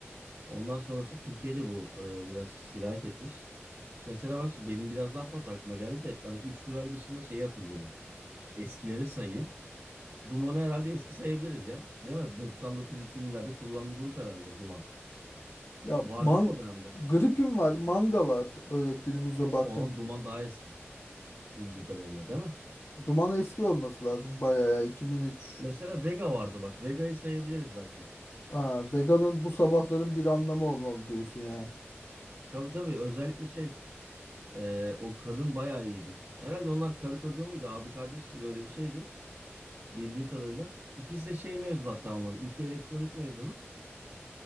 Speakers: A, on the right (about 60°); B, on the left (about 65°).
A: Ondan sonrası Türkiye'de bu e, biraz sirayet etmiş. Mesela bak şimdi benim biraz daha fazla aklıma geldi de hani 3 Hürel dışında şeyi hatırlıyorum. Eskileri sayayım. Duman'ı herhalde eski sayabiliriz ya. Değil mi? 99-2000'lerde kurulan bir grup herhalde Duman.
B: Ya
A: Var
B: man
A: değil mi o dönemde?
B: gripim var, manga var. Öyle günümüze
A: O,
B: baktım.
A: olan Duman daha eski bildiğim kadarıyla değil mi?
B: Duman eski olması lazım bayağı ya 2003.
A: Mesela Vega vardı bak. Vega'yı sayabiliriz belki.
B: Ha, veganın bu sabahların bir anlamı olmalı diyorsun ya.
A: Tabii tabii özellikle şey e, o kadın bayağı iyiydi. Herhalde onlar karı koca mıydı abi kardeş miydi öyle bir şeydi bildiğim kadarıyla. İkisi de şey mezunu hatta onların İT elektronik mezunu.